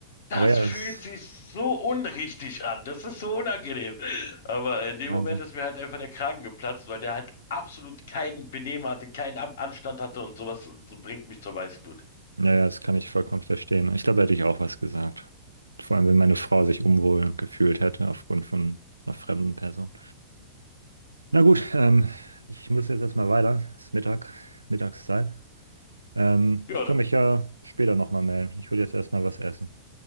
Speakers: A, on the left; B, on the right.
A: das
B: Aber ja,
A: fühlt
B: das ist
A: sich so unrichtig an. Das ist so unangenehm. Aber in dem
B: Wahnsinn.
A: Moment ist mir halt einfach der Kragen geplatzt, weil der halt absolut kein Benehmen hatte, keinen An Anstand hatte und sowas so bringt mich zur Weißglut.
B: Naja, das kann ich vollkommen verstehen. Ich glaube, da hätte ich auch was gesagt. Vor allem, wenn meine Frau sich unwohl gefühlt hätte aufgrund von einer fremden Person. Na gut, ähm, ich muss jetzt erstmal weiter. Es ist Mittag, Mittagszeit. Ähm,
A: Ja,
B: ich
A: da,
B: kann mich ja später nochmal melden. Ich würde jetzt erstmal was essen.